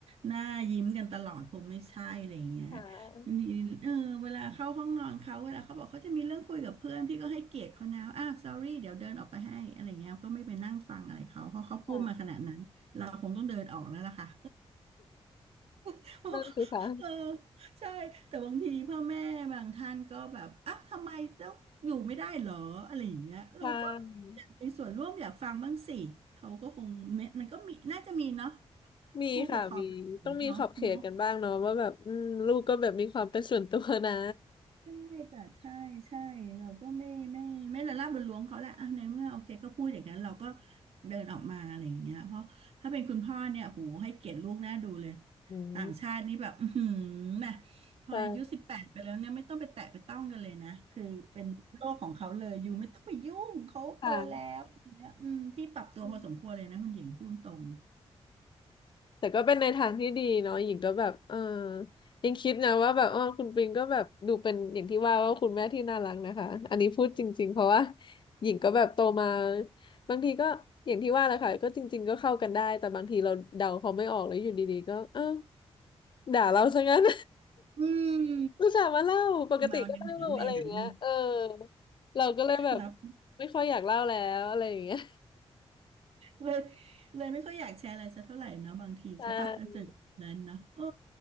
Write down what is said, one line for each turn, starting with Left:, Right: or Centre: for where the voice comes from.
Right: หน้ายิ้มกันตลอดคงไม่ใช่อะไรอย่างเงี้ย
Left: ค่ะ
Right: บางทีเออเวลาเข้าห้องนอนเขาเวลาเขาบอกเขาจะมีเรื่องคุยกับเพื่อนพี่ก็ให้เกียรติเขานะอ้าว sorry เดี๋ยวเดินออกไปให้อะไรเงี้ยก็ไม่ไปนั่งฟังอะไรเขาเพราะเขาพูดมาขนาดนั้นเราคงต้องเดินออกแล้วล่ะค่ะ
Left: ค่ะ
Right: <laughs>
Left: นั่นสิคะ
Right: เออใช่แต่บางทีพ่อแม่บางท่านก็แบบอ่ะทำไมต้องอยู่ไม่ได้เหรออะไรอย่างเงี้ยเราก็อยากมีส่วนร่วมอยากฟังบ้างสิเขาก็คง
Left: ค่ะ
Right: มันก็มีน่าจะมีเนาะ
Left: มีค่ะมีต้องมีขอบเขตกันบ้างเนาะว่าแบบอืมลูกก็แบบมีความเป็นส่วนตัวนะ
Right: ผู้ปกครองแบบนั้นเนาะเนาะ ใช่จ้ะใช่ใช่เราก็ไม่ไม่ไม่ละล่ำละล้วงเขาแหละอ่ะในเมื่อโอเคก็พูดอย่างนั้นเราก็เดินออกมาอะไรอย่างเงี้ยเพราะถ้าเป็นคุณพ่อเนี่ยโหให้เกียรติลูกน่าดูเลย
Left: อืม
Right: ต่างชาตินี่แบบอือหือนะพออายุสิบแปดไปแล้วเนี่ยไม่ต้องไปแตะไปต้องกันเลยนะคือเป็นโลกของเขาเลยอยู่ไม่ต้องไปยุ่งเขาโตแล้วอย่างเนี่ยอืมพี่ปรับตัวพอสมควรเลยนะคุณหญิงพูดตรง
Left: ใช่ค่ะอืมแต่ก็เป็นในทางที่ดีเนาะหญิงก็แบบเออยังคิดนะว่าแบบอ๋อคุณปิงก็แบบดูเป็นอย่างที่ว่าว่าคุณแม่ที่น่ารักนะคะอันนี้พูดจริงๆเพราะว่าหญิงก็แบบโตมาบางทีก็อย่างที่ว่าแหละค่ะก็จริงๆก็เข้ากันได้แต่บางทีเราเดาเขาไม่ออกแล้วอยู่ดีๆก็เออด่าเราซะงั้น
Right: อืม
Left: อุตส่าห์มาเล่าปกติก็เล่าอะไรอย่างเงี้ยเออ
Right: มาในไหนเวไหนนี่
Left: เราก็เลยแบบ
Right: รับ
Left: ไม่ค่อยอยากเล่าแล้วอะไรอย่างเงี้ย
Right: เลยเลยไม่ค่อยอยากแชร์อะไรสักเท่าไหร่เนาะบางทีใช่ปะแล้วเจอแบบนั้นเนาะเออ
Left: ใช่